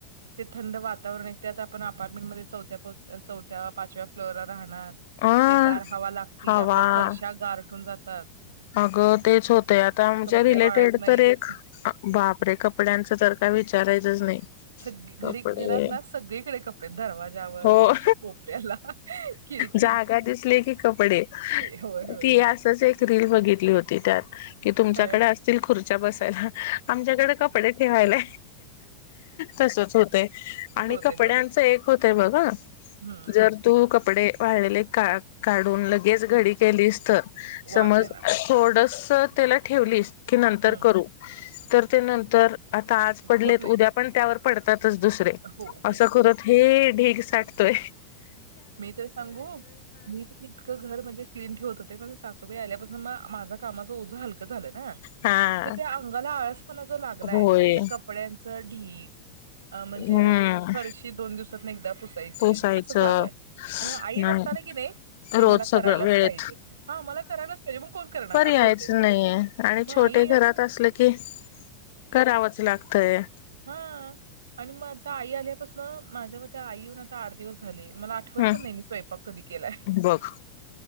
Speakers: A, on the right; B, on the left.
A: ते थंड वातावरण आहे त्यात आपण आप मध्ये चौथ्या चौथ्या पाचव्या फ्लोर वर राहणार.
B: अ
A: ते गार हवा लागती
B: हवा
A: आपल्या फरशा गारठून जातात.
B: अगं तेच होतेय आता आमच्या
A: कपडे
B: रिलेटेड
A: वाळत नाहीत.
B: तर एक बापरे कपड्यांचं तर काय विचारायचंच नाही.
A: सग
B: कपडे
A: घरी घरात ना सगळीकडे कपडे दरवाज्यावर
B: हो
A: बेडच्या कोपऱ्याला खिडकी
B: जागा दिसली की कपडे
A: होय होय
B: ती
A: होय.
B: असच एक रील बघितली होती त्यात की तुमच्या
A: हं.
B: कडे असतील खुर्च्या बसायला आमच्या कडे कपडे ठेवायला तसच होतय आणि
A: होते
B: कपड्यांचं
A: होते
B: एक होतंय बघ हा
A: हम्म
B: जर तू कपडे वाळलेले का काढून लगेच घडी केलीस तर
A: वास
B: समज
A: येणार
B: थोडस त्याला ठेवलीस की नंतर
A: हम्म
B: करू तर ते नंतर आता आज पडलेत
A: होत नाही
B: उद्या पण त्यावर पडतातच दुसरे
A: हो हो
B: असं करत
A: हो
B: हे सठतोय
A: मी तर सांगू मी तर इतकं घर म्हणजे क्लीन ठेवत हो ण सासूबाई आल्यापासून म माझा कामाचंझं हल झालं ना
B: हा
A: तर त्या अंगाला आळसपणा जो लागलाय
B: होय
A: त्यात कपड्यांच ढींग अ म्हणजे
B: हम्म
A: फरशी दोन दिवसातन एकदा पुसायची
B: पोसायचं
A: असं चालू आहे आणि आई
B: नाही
A: नसता ना कि नाई ते
B: रोज
A: मला
B: सगळं
A: करायलाच
B: वेळेत
A: पाहिजे हा मला करायलाच पाहिजे मग कोण करणार
B: पर्यायच
A: असं होत ते
B: नाहीये आणि
A: मग
B: छोटे
A: आई
B: घरात
A: अस
B: असलं की करावंच लागतय
A: हा आणि मग आता आई आल्यापासून माझ्या म आई येऊन आता आठ दिवस झाले मला आठवत
B: हम्
A: पण नाही मी स्वयपाक कधी केला
B: बघ